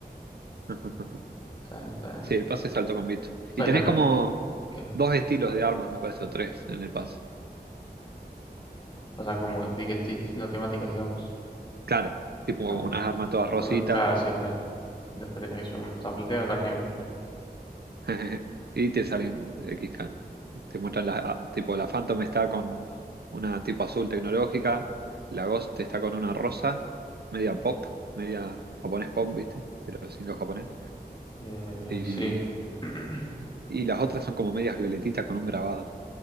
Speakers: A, on the right; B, on the left.
A: <laughs>
B: Está bien, está bien.
A: Sí, el pase es alto con Vito.
B: Claro,
A: Y tenés
B: y también,
A: como
B: te- ¿qué?
A: dos estilos de armas, me parece, o tres en el pase.
B: O sea, como que di- que tiene distinta temática, digamos.
A: Claro, tipo
B: Está bien.
A: unas armas todas rositas
B: Todo, claro, sí, está bien. Después tiene que llevar una toda plateada, otra negra.
A: <laughs> y te salen XK. Te muestran la, ah, tipo la Phantom está con una tipo azul tecnológica, la Ghost está con una rosa, media pop, media japonés pop, ¿viste? Pero sin lo japonés.
B: Eh,
A: Y,
B: sí. <clears throat> <coughs>
A: y las otras son como medias violetitas con un grabado.